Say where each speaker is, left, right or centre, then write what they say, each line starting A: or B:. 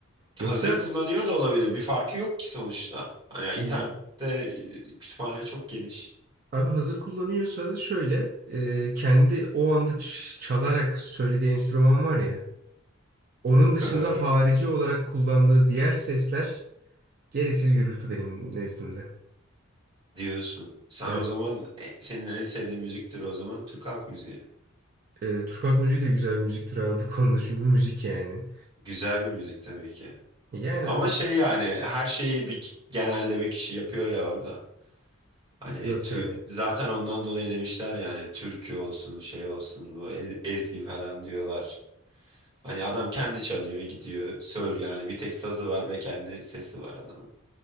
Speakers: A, on the right; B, on the right.
A: Yoksa
B: Hazır kullanıyor da olabilir. Bir farkı yok ki sonuçta. Hani
A: e,
B: internette e, kütüphane çok geniş.
A: abi hazır kullanıyorsa da şöyle e, kendi o anda ç- çalarak söylediği enstrüman var ya. Onun dışında
B: Ee,
A: harici olarak kullandığı diğer sesler Gereksiz gürültü benim nezdimde.
B: diyorsun. Sen
A: Evet.
B: o zaman e, senin en sevdiğin müziktir o zaman Türk halk müziği.
A: Ee, Türk halk müziği de güzel bir müzik türü abi bu <laughs> konuda çünkü müzik yani.
B: Güzel bir müzik tabii ki.
A: Yani
B: Ama
A: abi
B: şey yani her şeyi bir genelde bir kişi yapıyor ya orada. Hani tü-
A: nasıl yani?
B: zaten ondan dolayı demişler yani türkü olsun şey olsun bu e- ezgi falan diyorlar. Hani adam kendi çalıyor gidiyor söylüyor yani bir tek sazı var ve kendi sesi var adamın.